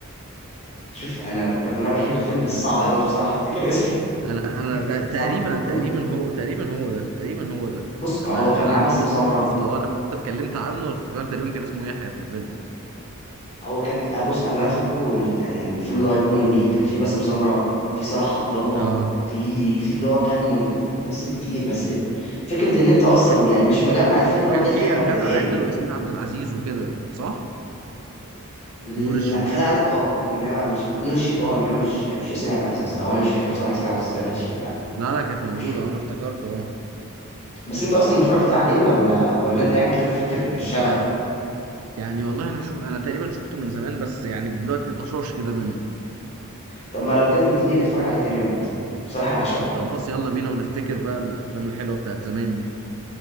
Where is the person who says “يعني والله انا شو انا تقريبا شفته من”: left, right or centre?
Right